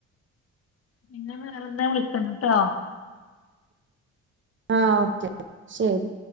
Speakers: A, on the left; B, on the right.
A: പിന്നെ വേറെന്താ വിളിക്ക‌ണ്ട്ട്ടോ
B: ആ ഓക്കെ ശരി